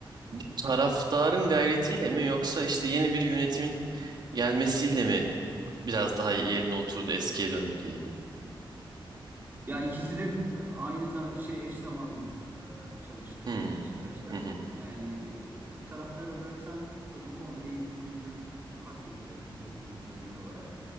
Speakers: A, on the right; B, on the right.
A: Bu taraftarın gayretiyle mi yoksa işte yeni bir yönetimin gelmesiyle mi biraz daha yerine oturdu, eskiye döndü diyeyim.
B: Ya ikisi de e, aynı şey eş zamanlı e, çalıştı
A: Hmm,
B: Beşiktaş'ta.
A: Hı hı.
B: Yani e, taraftara bıraksan tabii bu konuda eğitim, kültür hak getire bizim toplumumuzda genel olarak.